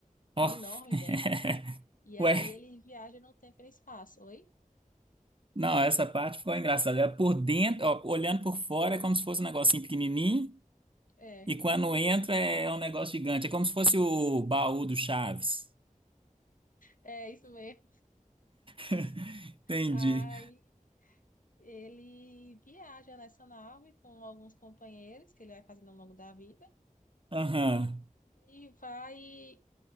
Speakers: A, on the left (about 70°); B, on the right (about 40°).
A: que
B: Ó.
A: é enorme
B: <laughs>
A: dentro. E
B: Ué,
A: aí ele viaja no tempo e no espaço. Oi?
B: não, essa parte ficou engraçada. Era por dentro, ó, olhando por fora, é como se fosse um negocinho pequenininho.
A: É,
B: E quando entra é é um negócio gigante. É como se fosse o baú do Chaves.
A: é isso mesmo.
B: <laughs> Entendi.
A: Aí ele viaja nessa nave com alguns companheiros que ele vai fazendo ao longo da vida
B: Aham,
A: e vai